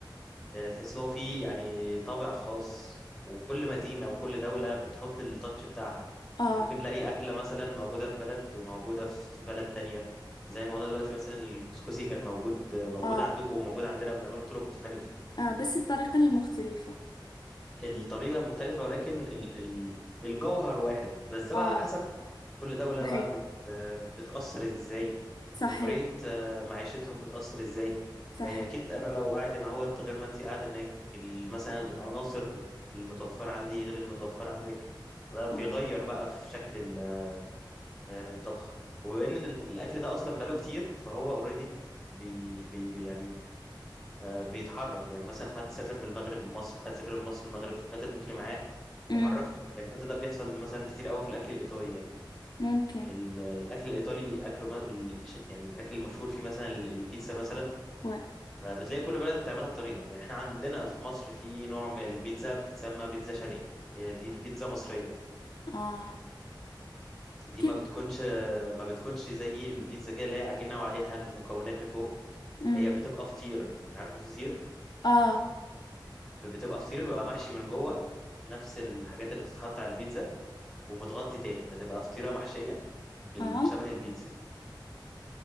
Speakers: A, in the centre; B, on the left (about 55°).
A: آه، تحس ان هو فيه يعني طابع خاص وكل مدينة وكل دولة بتحط التاتش بتاعها
B: آه
A: ممكن نلاقي أكلة مثلا موجودة في بلد وموجودة في بلد تانية زي ما قلنا دلوقتي مثلا الكسكسي كان موجود موجود
B: آه,
A: عندكم وموجود عندنا بنعمله بطرق مختلفة
B: آه بس الطريقة المختلفة
A: الطريقة مختلفة ولكن ال ال الجوهر واحد بس ده
B: آه
A: بقى على حسب كل دولة
B: صحيح
A: بقى بت بت بتأثر ازاي
B: صحيح
A: وطريقة آه، معيشتهم بتأثر ازاي
B: صحيح
A: يعني أكيد أنا لو قاعد هنا اهوت غير ما أنت قاعدة هناك ال- مثلا العناصر المتوفرة عندي غير المتوفرة عندك ده بيغير
B: آه
A: بقى في شكل ال- آه، الطبخ وبما إن ال- الأكل ده أصلا بقاله كتير فهو أوريدي بي بي بي- يعني آه، بيتحرف يعني مثلا حد سافر من المغرب لمصر حد سافر من مصر للمغرب فخد الاكل معاه
B: أمم
A: وحرفه يعني حتى ده بيحصل مثلا كتير قوي في الاكل الايطالي يعني
B: ممكن
A: ال- الاكل الايطالي اكله م- ال- ش- يعني الاكل المشهور فيه مثلا ال- البيتزا مثلا
B: و
A: آه، بتلاقي كل بلد بتعملها بطريقه يعني احنا عندنا في مصر في نوع من البيتزا بتتسمى بيتزا شرقي هي دي بيتزا مصريه
B: آه
A: دي
B: كيف
A: ما بتكونش ما بتكونش زي البيتزا كده اللي هي عجينه وعليها المكونات من فوق
B: أمم
A: هي بتبقى فطير يعني عارف الفطير
B: آه
A: بتبقى فطيرة بيبقى محشي من جوه نفس الحاجات اللي بتتحط على البيتزا ومتغطي تاني فتبقى فطيرة محشية بالشبه
B: آه
A: البيتزا